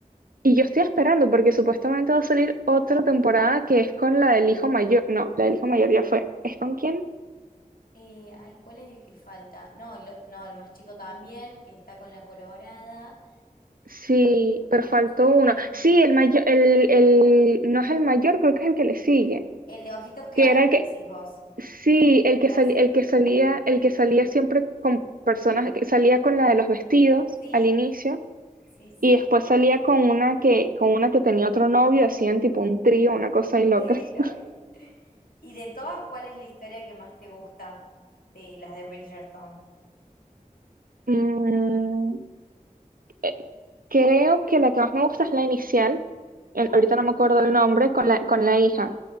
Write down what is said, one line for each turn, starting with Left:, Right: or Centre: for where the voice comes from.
Right: Y yo estoy esperando porque supuestamente va a salir otra temporada que es con la del hijo mayor, no, la del hijo mayor ya fue, ¿es con quién?
Left: Eh, ay, ¿cuál es el que falta? No, lo- no, el más chico también, que está con la colorada.
Right: Sí, pero
Left: Ah,
Right: faltó
Left: no sé,
Right: uno.
Left: con
Right: Sí,
Left: quién.
Right: el mayor, el, el, no es el mayor, creo que es el que le sigue,
Left: El de ojitos claros,
Right: que era el que,
Left: decís vos.
Right: Sí, el que
Left: Ya
Right: sal-
Left: sé.
Right: el que salía, el que salía siempre con personas, que salía con la de los vestidos
Left: Sí,
Right: al inicio
Left: sí, sí.
Right: y después salía con una que, con una que tenía otro novio, hacían tipo un trío, una cosa ahí loca.
Left: Sí, lo
Right: <laughs>
Left: vi. ¿Y de todas, cuál es la historia que más te gusta de las de Bridgerton?
Right: Mm, eh, creo que la que más me gusta es la inicial, el-
Left: Ay,
Right: ahorita no me acuerdo el nombre, con la, con la hija,